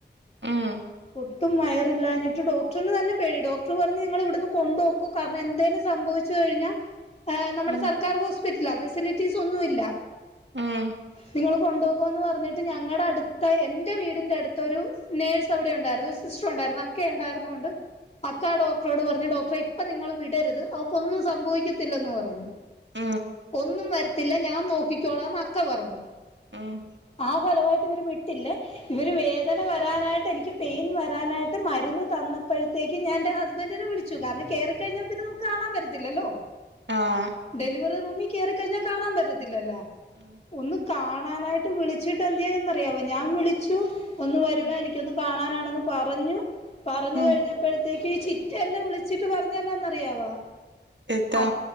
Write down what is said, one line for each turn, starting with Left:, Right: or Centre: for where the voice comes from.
Right: ആഹ്
Left: ഒട്ടും വയറില്ലാഞ്ഞിട്ട് ഡോക്ടറിന് തന്നെ പേടി ഡോക്ടറ് പറഞ്ഞ് നിങ്ങള് ഇവിടന്ന് കൊണ്ട് പൊക്കൊ കാരണം എന്തേലും സംഭവിച്ചു കഴിഞ്ഞാ
Right: <inaudible>
Left: ആഹ്‌ നമ്മടെ
Right: ഉം
Left: സർക്കാർ ഹോസ്പിറ്റല ഫെസിലിറ്റീസ് ഒന്നു ഇല്ല
Right: ഉം
Left: നിങ്ങള് കൊണ്ടൊ ക്കോന്ന് പറഞ്ഞിട്ട് ഞങ്ങടെ അടുത്ത എന്റെ വീടിന്റെ അടുത്ത് ഒരു നേഴ് സ് അവടെ ഒണ്ടാരുന്നു ഒരു സിസ്റ്റർ ഒണ്ടാരുന്നു അക്കെ ഒണ്ടാരുന്നൊണ്ട് അക്കാ ആ ഡോക്ടറോട് പറഞ്ഞു ഡോക്ടറെ ഇപ്പ നിങ്ങൾ വിടരുത് അവക്കൊന്നും സംഭവിക്കത്തില്ലന്ന് പറഞ്ഞു
Right: <inaudible>
Left: ഒന്നും വരത്തില്ല ഞാൻ നോയ്ക്കിക്കോളാന്ന് അക്ക പറഞ്ഞു
Right: ഉം
Left: ആ ഫലവായിട്ട് ഇവര് വിട്ടില്ലേ ഇവര് വേദന വരാനായിട്ട് എനിക്ക് പെയിൻ വരാനായിട്ട് മരുന്ന് തന്നപ്പഴത്തേക്ക് ഞാൻ എന്റെ ഹസ്ബൻഡറിനെ വിളി ഷുഗർന് കേറി കഴിഞ്ഞാ പിന്നെ നമക്ക് കാണാൻ പറ്റത്തില്ലല്ലോ
Right: ആഹ്
Left: ഡെലിവറി റൂമി കേറിക്കഴിഞ്ഞാ കാണാൻ പറ്റത്തില്ലല്ലോ
Right: ഉം
Left: ഒന്ന് കാണാനായി ട്ട് വിളിച്ചിട്ട് എന്ത് ചെയ്യന്നറിയാവോ ഞാൻ വിളിച്ചു ഒന്ന് വരുവാ
Right: ഉം
Left: എനിക്കൊന്ന് കാണാനാണന്ന് പറഞ്ഞു പറഞ്ഞു
Right: ഉം
Left: കഴിഞ്ഞ പ്പഴത്തേക്ക് ഈ ചിറ്റ എന്നെ വിളിച്ചിട്ട് പറഞ്ഞന്നാന്നറിയാവോ
Right: എത്താ
Left: അ